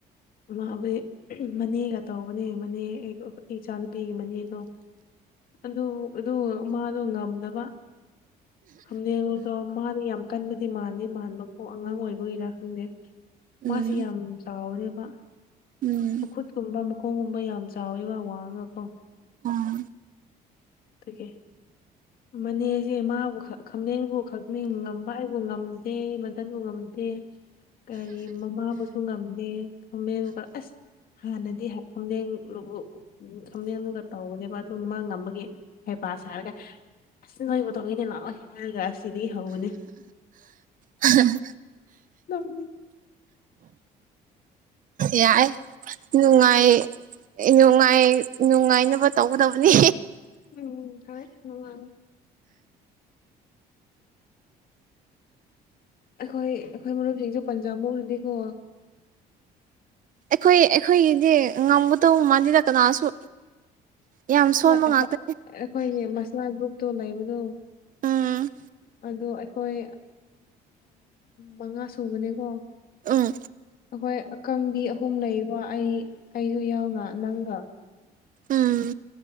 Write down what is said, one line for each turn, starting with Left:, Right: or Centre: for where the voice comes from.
Left: ꯃꯃꯥꯕꯨꯗꯤ ꯃꯅꯦꯒ ꯇꯧꯕꯅꯦ ꯃꯅꯦ ꯏꯆꯥꯅꯨꯄꯤꯒꯤ ꯃꯅꯦꯗꯣ ꯑꯗꯨ ꯑꯗꯨ ꯃꯥꯗꯣ ꯉꯝꯗꯕ ꯍꯅꯗꯃꯅꯤ ꯌꯥꯝ ꯑꯀꯟꯕꯗꯤ ꯃꯥꯟꯗꯦ ꯃꯥꯟꯕꯐꯥꯎ ꯑꯉꯥꯡ ꯑꯣꯏꯕꯒꯤꯔꯥ ꯈꯪꯗꯦ ꯃꯥꯁꯦ
Right: ꯎꯝ
Left: ꯌꯥꯝ ꯆꯥꯎꯔꯦꯕ
Right: ꯎꯝ
Left: ꯃꯈꯨꯠꯀꯨꯝꯕ ꯃꯈꯣꯡꯒꯨꯝꯕ ꯌꯥꯝ ꯆꯥꯎꯋꯤ ꯋꯥ ꯋꯥꯡꯉꯀꯣ
Right: ꯑꯥ
Left: ꯇꯗꯒꯤ ꯃꯅꯦꯁꯦ ꯃꯥꯕꯨ ꯈꯝꯗꯦꯛꯕꯨ ꯈꯛꯅꯤꯡ ꯉꯝꯕ ꯑꯩꯕꯨ ꯉꯝꯗꯦ ꯃꯗꯟꯕꯨ ꯉꯝꯗꯦ ꯀꯔꯤ ꯃꯃꯥꯕꯨꯁꯨ ꯉꯝꯗꯦ ꯈꯝꯃꯦ ꯑꯁ ꯍꯥꯟꯅꯗꯤ ꯈꯝꯂꯦꯟꯗꯨꯕꯨ ꯈꯝꯗꯦꯟꯗꯨꯒ ꯇꯧꯕꯅꯦꯕ ꯑꯗꯨ ꯃꯥ ꯉꯝꯃꯒ ꯍꯩꯕꯥꯁ ꯍꯥꯏꯔꯒ ꯑꯁꯤꯁ ꯅꯣꯏꯕ ꯇꯧꯏꯅꯦ ꯂꯥꯛꯑꯣꯏ ꯍꯥꯏꯔꯒ ꯑꯁꯤꯗꯒꯤ ꯏꯍꯧꯕꯅꯦ
Right: ꯎꯝ
Left: ꯉꯝ
Right: ꯌꯥꯏ ꯅꯨꯡꯉꯥꯏ ꯅꯨꯡꯉꯥꯏ ꯅꯨꯡꯉꯥꯏꯅꯕ ꯇꯧꯒꯗꯕꯅꯦ
Left: ꯎꯝ ꯍꯅꯨꯡꯅꯤ ꯑꯩꯈꯣꯏ ꯑꯩꯈꯣꯏ ꯃꯔꯨꯞꯁꯤꯡꯁꯨ ꯄꯟꯖꯥ ꯃꯧꯔꯨꯅꯤꯀꯣ
Right: ꯑꯩꯈꯣꯏ ꯑꯩꯈꯣꯏꯒꯤꯗꯤ ꯉꯝꯒꯗꯧꯕ ꯃꯥꯜꯜꯂꯤꯗ ꯀꯅꯥꯁꯨ ꯌꯥꯝ ꯁꯣꯟꯕ
Left: ꯍꯣꯏꯈꯣꯏ
Right: ꯉꯥꯛꯇꯅꯤ
Left: ꯑꯩꯈꯣꯏꯒꯤ ꯃꯁꯥ ꯒ꯭ꯔꯨꯞꯇꯣ ꯂꯩꯕꯗꯣ
Right: ꯎꯝ
Left: ꯑꯗꯣ ꯑꯩꯈꯣꯏ ꯃꯉꯥ ꯁꯨꯕꯅꯦꯀꯣ
Right: ꯎꯝ
Left: ꯑꯩꯈꯣꯏ ꯑꯀꯪꯕꯤ ꯑꯍꯨꯝ ꯂꯩꯕ ꯑꯩ ꯑꯩꯁꯨ ꯌꯥꯎꯅ ꯅꯪꯒ
Right: ꯎꯝ